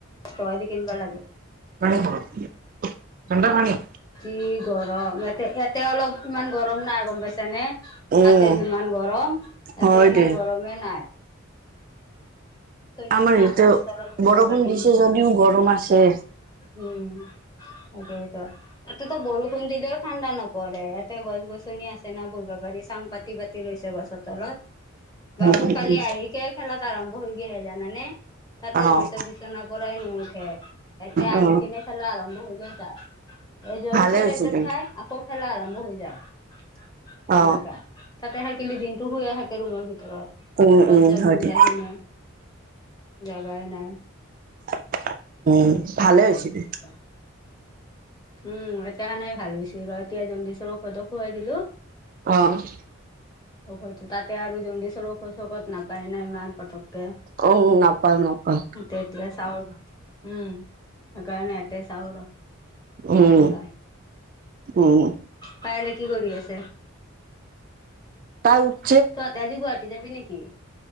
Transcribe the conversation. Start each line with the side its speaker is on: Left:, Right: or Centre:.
Left: টকা দি কিনবা লাগে।
Right: নাই ঘৰত টুক পানি এটা মণি
Left: কি গৰম এতে ইয়াতে অলপ ইমান গৰম নাই গম পাইছা নে।
Right: উম
Left: তাতে যিমান গৰম ইয়াতে
Right: হয়
Left: ইমান
Right: দে
Left: গৰমে নাই। আছে
Right: আমাৰ
Left: না
Right: ইয়াতে
Left: গছৰ তলত বহিব
Right: বৰষুণ
Left: পাৰি
Right: দিছে যদিও গৰম আছে।
Left: উম উ উ উ তাকেই তো তাতেতো বৰষুণ দিলেও ঠাণ্ডা নপৰে ইয়াতে গছ-গছনি আছে ন বহিব পাৰি চাং পাতি পাতি তিলৈছে গছৰ তলত। বাবু
Right: উম উম
Left: কালি
Right: উম
Left: আহিকে খেলাত আৰম্ভ হৈ গেল জানানে? তাতে শু'লিতে
Right: অ
Left: বিচনাৰ পৰাই নুউঠে। তে আহি
Right: অ
Left: কেনে খেলা আৰম্ভ হৈ গল তাৰ জ্বৰ
Right: ভালে
Left: উঠে
Right: হৈছে
Left: টেবলেট
Right: দে
Left: খাই। আকৌ খেলা আৰম্ভ হৈ যায়। সেনেকা
Right: অ
Left: তাতে থাকিলি দিনতটো শুয়ে থাকে ৰুমৰ ভিতৰত।
Right: উম
Left: কত
Right: উম
Left: যাব
Right: হয়
Left: ওলাই
Right: দে
Left: কিনে জাগাই নাই।
Right: ঠক ঠক অ উম উ উ ভালে হৈছি দে।
Left: এটা উম এতিয়া এনেই ভাল হৈছে ৰ এতিয়া জণ্ডিচৰ ঔষধও খুৱাই দিলো।
Right: অ <unintelligible>
Left: অ হয়তো তাতে আৰু জণ্ডিচৰ ঔষধ-চৌষধ নাপায় ন ইমান পটককে।
Right: অ উম উম নাপায় নাপায়।
Left: উমহ এতি এতিয়া চাও উম কাৰণে এতিয়া চাও ৰ
Right: উম
Left: কি হয়।
Right: উম
Left: পায়েলে কি কৰি আছে?
Right: তাৰ আৰু
Left: তহঁতে আজি গুৱাহাটী যাবি নেকি?